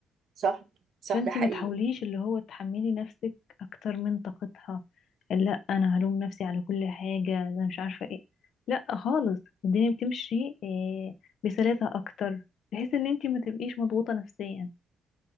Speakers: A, on the right (about 60°); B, on the left (about 70°).
A: صح صح
B: فانتي
A: ده حقيقي
B: ما تحاوليش اللي هو تحملي نفسك اكتر من طاقتها لا انا هلوم نفسي على كل حاجة انا مش عارفة ايه لا خالص الدنيا بتمشي إيه بسلاسة اكتر بحيث ان انتي ما تبقيش مضغوطة نفسيا